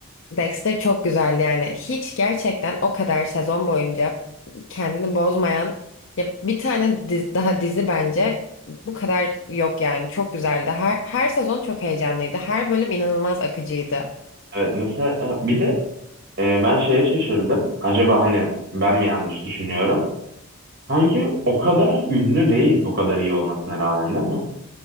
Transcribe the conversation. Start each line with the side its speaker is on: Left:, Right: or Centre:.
Left: Dexter çok güzeldi yani. Hiç gerçekten o kadar sezon boyunca kendini bozmayan ya bir tane diz- daha dizi bence bu kadar yok yani. Çok güzeldi. Her, her sezon çok heyecanlıydı. Her bölüm inanılmaz akıcıydı.
Right: Evet mesela e, bir de e, ben şeye şaşırdım. Acaba hani ben mi yanlış düşünüyorum? Sanki o kadar ünlü değil bu kadar iyi olmasına rağmen değil mi?